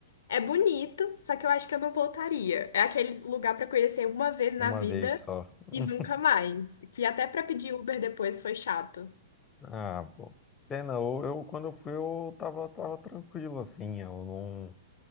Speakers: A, on the left (about 75°); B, on the left (about 20°).
A: É bonito, só que eu acho que eu não voltaria. É aquele lugar pra conhecer uma vez na
B: Uma
A: vida
B: vez só. <laughs>
A: e nunca mais. Que até pra pedir Uber depois foi chato.
B: Ah, pô. Pena, eu, eu- quando eu fui eu tava, tava tranquilo, assim, eu não,